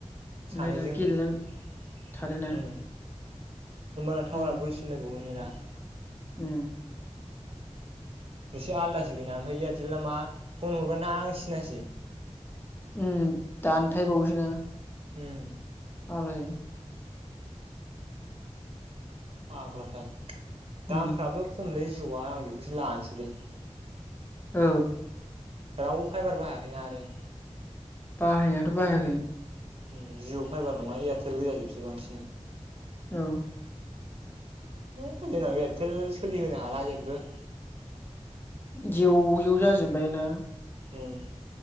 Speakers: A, on the left; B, on the right.
A: ओंखायथ'
B: सानैजों
A: गेलेनानै
B: उम।
A: थादोना
B: होमबाना टावारा
A: उम
B: बोरसिनलायबावो
A: <unintelligible>
B: नेटआ
A: उम।
B: इसे आलदासो बेना ओमफाय एयारटेल ना मा फन हरबा नांसिनासो।
A: उम दानथायबावोसो ना
B: उम।
A: आलायो
B: फाग्लाथार।
A: उम
B: दामफ्राबो खमलै जिअ'वा आं बेखौसो लानोसैलै।
A: औ।
B: रावबो फाइबार बाहायाखै ना आरो
A: बाहायनायाथ' बाहायाखै।
B: उम जिअ' फाइभार नङा एयारटेल गोजाजोबसै बांसिन।
A: औ।
B: है जोंनाबो एयाटेल सोलिहोनो हाला जेबो
A: जेव जेव जाजोबबाय ना।
B: उम।